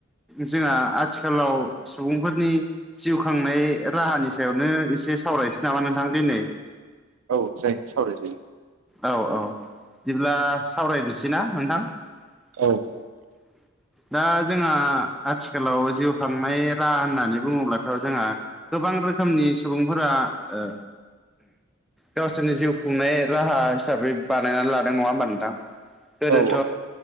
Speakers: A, in the centre; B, on the right.
A: जोंहा आथिखालाव सुबुंफोरनि जिउ खांनाय। राहानि सायावनो एसे सावरायनोसै नामा नोंथां दिनै।
B: औ जायो सावरायजायो
A: औ औ बिदिब्ला सावरायनोसै ना नोंथां।
B: औ।
A: <inaudible> दा जोंहा आथिखालाव जिउ खांनाय राहा होननानै बुङोब्लाथ' जोंहा। गोबां रोखोमनि सुबुंफोरा ओ। गावसोरनि जिउ खुंनाय राहा हिसाबै बानायनानै लादों नङा होमबा नोंथां। गोदोथ'
B: औ